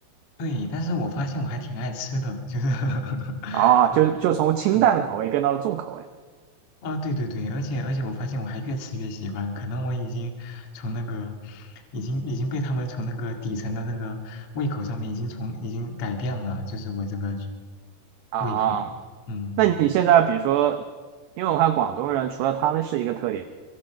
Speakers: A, on the left; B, on the right.
A: 对，但是我发现我还挺爱吃的，就是 <laughs>
B: 啊，就就从清淡的口味变到了重口味
A: 嗯嗯啊，对对对，而且而且我发现我还越吃越喜欢，可能我已经从那个已经已经被他们从那个底层的那个胃口上面已经从已经改变了，就是我这个
B: 啊。
A: 胃口，嗯。
B: 那你现在比如说，因为我看广东人除了他们是一个特点，